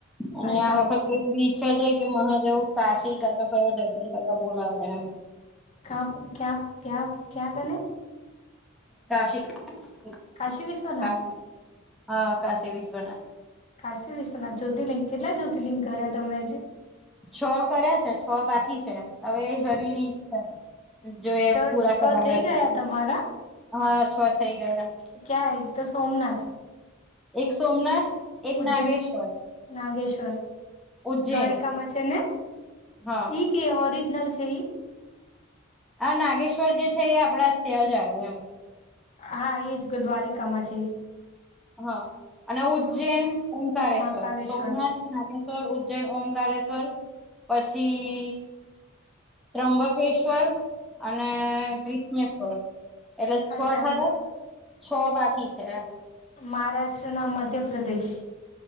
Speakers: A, in the centre; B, on the left.
A: અને
B: અચ્છા
A: આ વખત બીછે છે કે મહાદેવ કાશી કા તો કયા દર્શન કરવા બોલાવે એમ
B: કા ક્યા ક્યા ક્યા કરને
A: કાશીાશી
B: કાશી વિશ્વનાથ
A: હા કાશી વિશ્વનાથ
B: કાશી વિશ્વના જ્યોતિર્લિંગ કેટલા જ્યોતિર્લિંગ કર્યા તમે આજે.
A: છો કરીયા છે છો બાકી છે, હવે
B: છ
A: હરી ની ઈચ્છા જો એ
B: છ
A: પૂરા
B: છ
A: કરાવે
B: થઈ ગયા
A: તો
B: તમારા
A: હા છો થઈ ગયા.
B: ક્યાં એ તો સોમનાથ
A: એક સોમનાથ એક
B: ઉજ્જૈન
A: નાગેશ્વર
B: નાગેશ્વર
A: ઉજ્જૈન
B: દ્વારિકામાં છે ને
A: હા
B: ઈ કે ઓરિજનલ છે,
A: આ નાગેશ્વર જે છે એ આપડા ત્યાં જ આવ એમ.
B: હા એજ દ્વારિકામાં છે,
A: હા અને ઉજ્જૈન
B: હા
A: ઓંકારેશ્વર
B: મહાકાલેશ્વર
A: સોમનાથ ના શ્વર ઉજ્જૈન ઓમકશ્વર પછી ત્ર્યુંબકેશ્વર અને ગ્રીસમસ હોય એટલે છો
B: અચ્છા
A: થયા. છો બાકી છે એમ
B: મહારાષ્ટ્રના મધ્યપ્રદેશ.